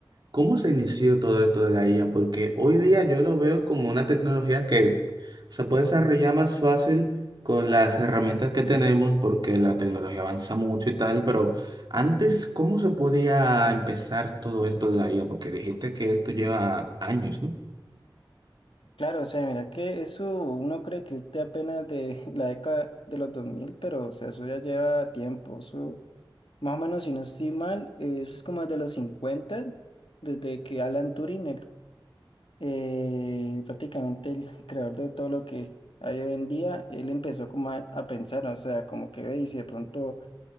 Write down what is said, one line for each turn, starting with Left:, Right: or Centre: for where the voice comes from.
Right: ¿Cómo se inició todo esto de la IA? Porque hoy día yo lo veo como una tecnología que se puede desarrollar más fácil con las herramientas que tenemos, porque la tecnología avanza mucho y tal, pero antes, ¿cómo se podía empezar todo esto de la IA? Porque dijiste que esto lleva años, ¿no?
Left: Claro, o sea, mira que eso uno cree que es de apenas de la década de los 2000 pero o sea, eso ya lleva tiempo, eso más o menos si no estoy mal, eh, eso es como de los 50 desde que Alan Turing, el eh, prácticamente el creador de todo lo que hay hoy en día, él empezó como a, a pensar, ¿no? o sea, como que ve y si de pronto,